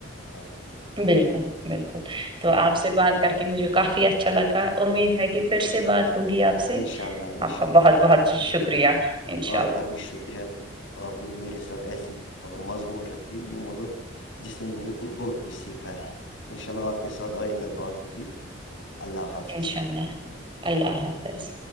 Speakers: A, on the left; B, on the right.
A: ہاں
B: بالکل بالکل تو آپ سے بات کر کے مجھے کافی اچھا لگا امید ہے کہ پھر سے بات ہوگی آپ سے
A: انشاء اللہ انشاء
B: آپ کا
A: اللہ
B: بہت بہت شکریہ انشاء
A: آپ
B: اللہ،
A: کا بھی شکریہ آپ نے میرے ساتھ ایسی ملب مضمون رکھھی جو مطلب جس سے میں نے بہت کچھ سیکھا ہے انشاء اللہ آپ کے ساتھ آئندہ بات ہوگی اللہ حافظ
B: انشاء اللہ اللہ حافظ